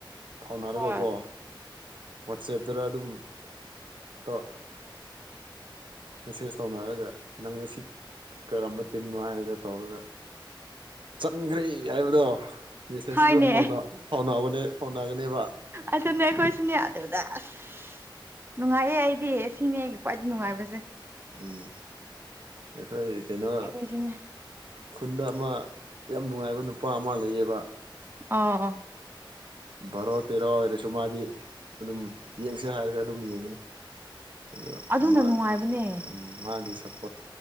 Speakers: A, on the right; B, on the right.
A: ꯐꯥꯎꯅꯔꯒꯀꯣ
B: ꯍꯣꯏ
A: ꯋꯥꯆꯦꯞꯇꯔ ꯑꯗꯨꯝ <unintelligible> ꯃꯦꯁꯦꯖ ꯇꯧꯅꯔꯒ ꯅꯪ ꯑꯁꯤꯠ ꯀꯔꯝꯕ ꯇꯤꯝꯅꯣ ꯍꯥꯏꯔꯒ ꯇꯧꯔꯒ ꯆꯟꯒ꯭ꯔꯦ ꯍꯥꯏꯕꯗꯣ ꯃꯦꯁꯦꯖꯇ
B: ꯍꯣꯏꯅꯦ
A: ꯑꯗꯨꯝ ꯐꯥꯎꯅꯕꯅꯦ ꯐꯥꯎꯅꯒꯅꯦꯕ
B: ꯑꯗꯨꯅꯦ ꯑꯩꯈꯣꯏꯁꯨꯅꯦ ꯑꯗꯨꯗ ꯑꯁ ꯅꯨꯡꯉꯥꯏꯌꯦ ꯑꯩꯗꯤ ꯁꯤꯅꯦ ꯑꯩꯒꯤ ꯈ꯭ꯋꯥꯏꯗꯩ ꯅꯨꯡꯉꯥꯏꯕꯁꯦ
A: ꯎꯝ ꯑꯩꯈꯣꯏ ꯀꯩꯅꯣ
B: ꯑꯩꯈꯣꯏꯁꯨꯅꯦ
A: ꯈꯨꯨꯟꯗ ꯑꯃꯥ ꯌꯥꯝ ꯅꯨꯡꯉꯥꯏꯕ ꯅꯨꯄꯥ ꯑꯃ ꯂꯩꯌꯦꯕ
B: ꯑ
A: ꯕꯥꯔꯣ ꯇꯦꯔꯣ ꯑꯣꯏꯔꯁꯨ ꯃꯥꯗꯤ ꯑꯗꯨꯝ ꯌꯦꯡꯁꯦ ꯍꯥꯏꯔꯒ ꯑꯗꯨꯝ ꯌꯦꯡꯉꯅꯤ ꯑꯗꯣ
B: ꯑꯗꯨꯅ
A: ꯃꯥ
B: ꯅꯨꯡꯉꯥꯏꯕꯅꯦ
A: ꯎꯝ ꯃꯥꯒꯤ ꯁꯞ ꯄꯣꯠ